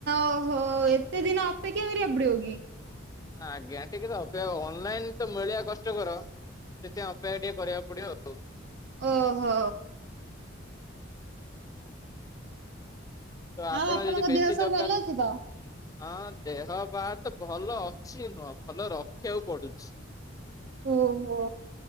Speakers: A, on the right; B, on the left.
A: ଓ ହୋ ଏତେ ଦିନ ଅପେକ୍ଷା କରିବାକୁ ପଡିବ କି?
B: ଆଜ୍ଞା ଟିକେ ତ ଅପେକ୍ଷା ଅନଲାଇନ ତ ମିଳିଆ କଷ୍ଟକର। ସେଥିପାଇଁ ଅପେକ୍ଷା ଟିକେ କରିବାକୁ ପଡିବ ଆଉ।
A: ଓ ହୋ।
B: ତ ଆପଣ
A: ଆଉ ଆପଣଙ୍କ
B: ଯଦି ବେଶୀ
A: ଦେହ ସବୁ
B: ଦୋକାନ
A: ଭଲ ଅଛି ତ?
B: ହଁ ଦେହ ପା ତ ଭଲ ଅଛି ନୁହଁ, ଭଲ ରଖିବାକୁ ପଡୁଛି।
A: ଓ ହୋ